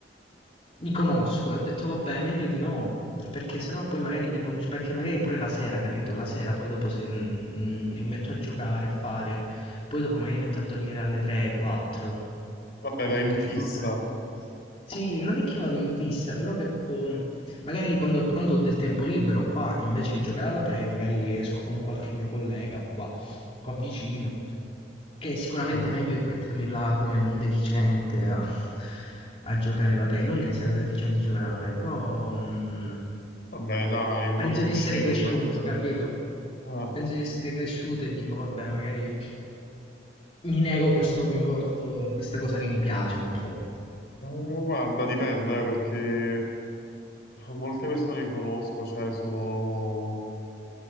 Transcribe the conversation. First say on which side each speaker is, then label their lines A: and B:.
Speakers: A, on the left; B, on the left.
A: mi conosco, e ho detto, vabbè, meglio di no, perché sennò poi magari mi, con- perché magari pure la sera, capito, la sera poi dopo se mh, mh, mi metto a giocare, a fare, poi dopo magari mi metto a dormire alle 3, 4,
B: Vabbè,
A: quindi
B: vai in
A: ho detto,
B: fissa.
A: vabbè. Sì, non è che vado in fissa, però che, um, magari quando, quando ho del tempo libero qua, invece di giocare alla play, magari esco con qualche mio collega qua, qua vicino. Che è sicuramente
B: Vabbè,
A: meglio di mettermi là come un deficiente a, a giocare alla Play. Non che sia da deficienti giocare alla Play, però mh,
B: Vabbè, dai, uno
A: penso
B: deve
A: di
B: uscire,
A: essere cresciuto,
B: è meglio uscire.
A: capito?
B: Ah,
A: Penso di essere cresciuto e dico, vabbè, magari mi nego questo mio, questo- questa cosa che mi piace un po'.
B: eh, guarda, dipende, eh, perché molte persone che conosco, cioè, sono,